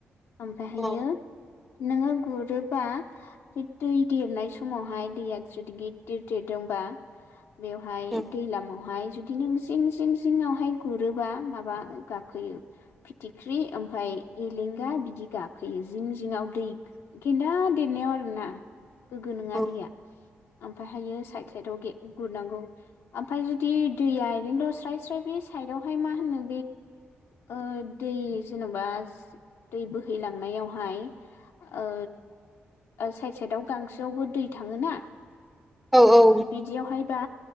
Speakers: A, on the left; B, in the centre.
A: ओमफ्राय हाययो
B: औ
A: नोङो गुरोबा बे दै देरनाय समावहाय दैया जुदि गिददिर देरदोंबा बेवहाय
B: उम
A: दैलामावहाय जुदि नों जिं जिं जिंआवहाय गुरोबा माबा गाखोयो फिथिख्रि ओमफाय एलेंगा बिदि गाखोयो जिं जिं दिनाव दै <unintelligible> <unintelligible> आरो ना। गोगो नोङा
B: औ
A: दैया ओमफ्रायहायो साइद साइद आव गे गुरनांगौ ओमफफ्राय जुदि दैया ओरैनोल स्राय स्राय बे साइदआवहाय मा होनो ओ दै जेनबा दै बोहैलांनायावहाय ओ साइद साइदआव गांसोआवबो दै थाङोना
B: औ औ
A: बिदियावहाय बा।